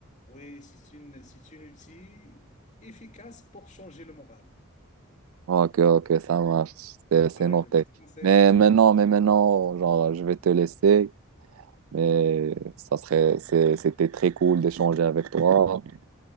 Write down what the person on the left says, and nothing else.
Oui, c'est une, c'est une outil efficace pour changer le moral.
Ah ouais,
je te conseille.
vraiment.